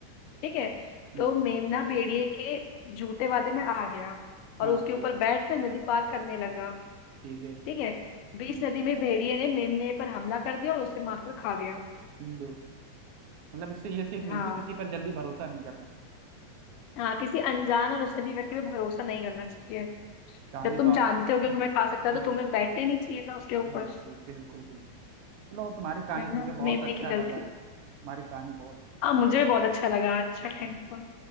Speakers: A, on the left (about 45°); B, on the right (about 45°).
A: ठीक है
B: हम्म,
A: तो मेमना भेड़िए के झूठे वादे में आ गया और
B: हाँ
A: उसके
B: ठीक
A: ऊपर बैठकर नदी पार करने लगा
B: ठीक है
A: ठीक है
B: हम्म,
A: बीच नदी में भेड़िए ने मेमने पर हमला कर दिया और उसे मारकर खा गया
B: लो मतलब इससे ये सीख मिलती
A: हाँ
B: है, किसी पर जल्दी भरोसा नहीं करना
A: हाँ किसी अनजान और अजनबी व्यक्ति पे भरोसा नहीं करना चाहिए
B: कहानी
A: जब तुम
B: तो आप
A: जानते हो कि
B: हम्म
A: तुम्हें खा सकता है तो
B: हम्म,
A: तुम्हें बैठना ही नहीं चाहिए था उसके ऊपर
B: बिल्कुल बिल्कुल बिल्कुल चलो तुम्हारी कहानी
A: वही
B: सुन
A: ना
B: के
A: मेमने
B: बहुत अच्छा
A: की गलती
B: लगा तुम्हारी कहानी बहुत सुन
A: हाँ मुझे
B: के अच्छा
A: भी बहुत
B: लगा
A: अच्छा लगा अच्छा थैंक
B: हाँ, हाँ।